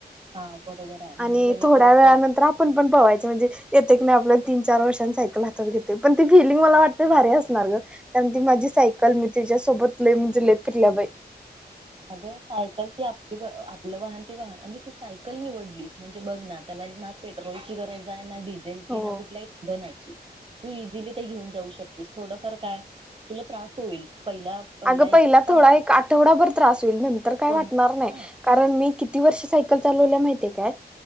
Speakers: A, on the right; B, in the centre.
A: हा बरोबर आहे म्हणजे
B: आणि
A: जेणेकरून
B: थोड्या वेळ
A: थोड
B: नंतर आपण पण पव्याच म्हणजे प्रत्य आपल्या तीन चार वर्षां सायकल हातात घेते पण ती फिलिंग मला वाटते भारी असणार ग कारण ती माझी सायकल मी त्याच्यासोबत ल म्हणजे लेपरल्या बाई
A: अगं सायकल क आपली आपलं वाहन. वा तू सायकल निवडलीस म्हणजे बघ ना त्याला ना पेट्रोलची गरज आहे ना डझ
B: हो
A: कुठल्या एक धनाची तू इझिली ते घेऊन जाऊ शकतीस थोडंफार काय तुला त्रास होईल. पहिला
B: अग पहिला
A: एक पंधरा
B: थोडा एक आठवडाभर त्रास होईल नंतर काय
A: कोण
B: वाटणार नाही
A: हा
B: कारण मी किती वर्ष सायकल चालावल आहे माहित आहेत काय